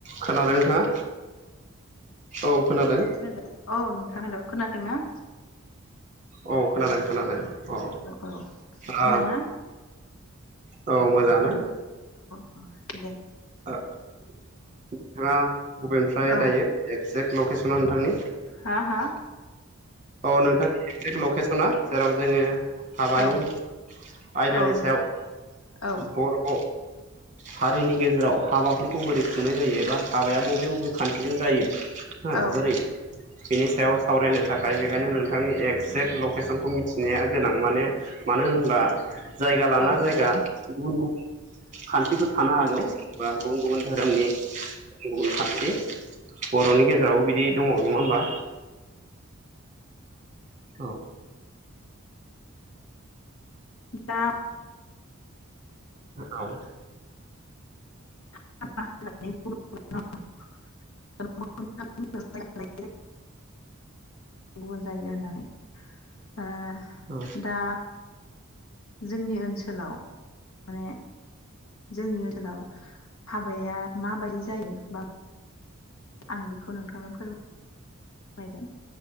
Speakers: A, on the right; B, on the left.
A: खोनादों नोंथाङा औ खोनादों
B: खोनादों अ नोंथां हेल' खोनादों ना?
A: अ खोनादों खोनादों अ
B: औ
A: आ
B: मोजां ना
A: औ मोजांयानो
B: अह दे
A: ओ नोंथाङा बबेनिफ्राय
B: औ
A: दायो एक्जेक्ट लकेसना नोंथांनि
B: हा हा
A: औ नोंथांनि एगजेक्ट लकेसना जेराव जोङो हाबानि
B: औ
A: आयदानि
B: औ नों
A: सायाव
B: औ
A: बर' हारिनि गेजेराव हाबाफोरखौ बोरै खुंनाय जायो एबा हाबाया बबे आव बे खान्थिजों जायो हा
B: औ
A: बोरै बिनि सायाव सावरायनो थाख दायो बेखायनो नोंथांनि एगजेक्ट लकेसनखौ मिथिनाया गोनां माने मानो होनब्ला जायगा लाना
B: औ
A: जायगा गुबुन गुबुन खान्थिफोर थानो हागौ बा गुबुन गुबुन धोरोमनि गुबुन गुबुन खान्थि बर'नि गेजेरावबो बिदि दङ नङा होमबा औ
B: दा
A: औ
B: <inaudible> गुबुन जायो होननानै ओ
A: औ
B: दा जोंनि ओनसोलाव माने जोंनि ओथोलाव हाबाया मा बायदि जायो बा आं बेखौ नोंथांनो फोर मायगोन